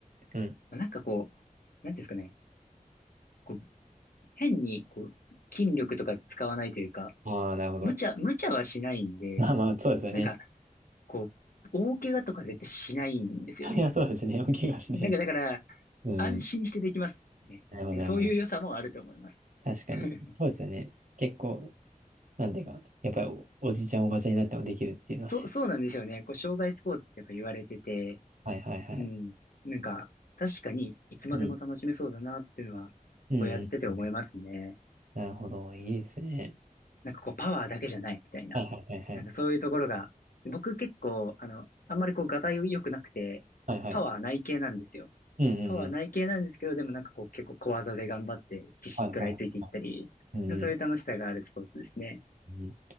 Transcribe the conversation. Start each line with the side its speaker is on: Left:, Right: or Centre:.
Right: うん。
Left: まあなんかこう、なんていうんですかね、こう、変にこう、筋力とか使わないというか、
Right: ああ、なるほど。
Left: 無茶、無茶はしないんで、
Right: まあまあ、そうですよね。
Left: なんか、こう、大怪我とか絶対しないんですよね。
Right: いや、そうですね。お怪我しないです。
Left: なんかだから、
Right: うん。
Left: 安心してできますね。
Right: なるほど、
Left: なんかそういう良さもあると思います。
Right: なるほど。確かに。
Left: <laughs>
Right: そうですよね。結構、なんていうか、やっぱりお、おじいちゃん、おばちゃんになってもできるっていうのはね。
Left: そう、そうなんですよね。こう、障害スポーツってやっぱ言われてて、
Right: はいはいはい。
Left: うん。なんか、確かにいつまでも楽しめそうだなっていうのは、
Right: うん。うんうん。
Left: こうやってて思いますね。
Right: なるほど。いいですね。
Left: なんかこう、パワーだけじゃないみたいな。
Right: はいはいはいはい。
Left: なんかそういうところが、僕結構、あの、あんまりこう、がたい良くなくて、
Right: はいはい。
Left: パワーない系なんですよ。
Right: うんうんうん。
Left: パワーない系なんですけど、でもなんかこう、結構小技で頑張って必死に食らいついていったり、
Right: はいはい。うんうん。
Left: そういう楽しさがあるスポーツですね。
Right: うん、